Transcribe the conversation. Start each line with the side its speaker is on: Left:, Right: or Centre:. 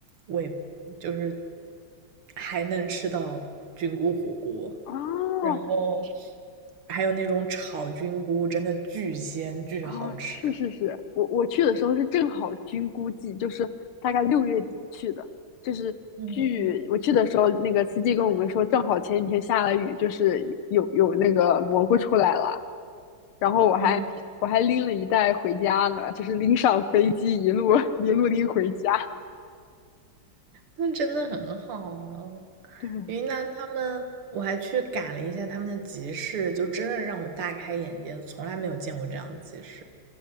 Right: 尾就是还能吃到菌菇火锅，
Left: 哦
Right: 然后还有那种炒菌菇，真的巨鲜巨好吃。
Left: 啊，是是是，我我去的时候是正好菌菇季，就是大概六月底去的，就是据我去的时候，
Right: 嗯
Left: 那个司机跟我们说，正好前几天下了雨，就是有有那个蘑菇出来了，然后我还我还拎了一袋回家呢，
Right: 嗯。
Left: 就是拎上飞机一路 <laughs> 一路拎回家。
Right: 那真的很好啊。
Left: 对，
Right: 云南他们，我还去赶了一下他们的集市，就真的让我大开眼界，从来没有见过这样的集市，